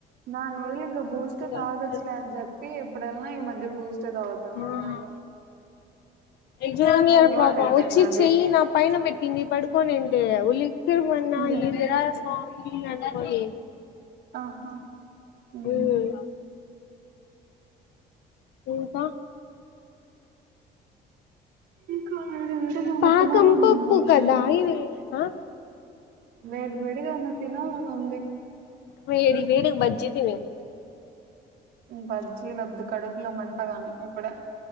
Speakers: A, on the right; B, on the left.
A: నన్ వల్ళ ఇంకా బూస్ట్ తాగచ్చలేని
B: వచ్చినావ్
A: చెప్పి ఇప్పుడెల ఈ మధ్య బూస్ట్ ఏ తగుతున్నాం
B: ఆ
A: మేము
B: ఎగ్జామ్ ఇయర్
A: అలవాటు
B: పాప
A: అయిపోయింది
B: వచ్చి
A: అది.
B: చెయ్యి నా పైన పెట్టింది పడుకోనింటే ఉల్లి క్కరు మన్నా
A: హ్మ్.
B: ఎందిరా సామి అనుకోని
A: ఆహా హ్మ్మ్
B: ఉమ్ ఇంకా
A: ఇంకా వేడి వేడిగా ఏం అన్న
B: పాకం
A: తినాల అని
B: పప్పు
A: వైషు
B: కదా ఇది ఆ
A: వేడి వేడిగా అన్న తినాలనీ ఉంది
B: వేడి వేడి బజ్జి తిను
A: బజ్జీలద్దు కడుపూల మంట కానీ ఇప్పుడే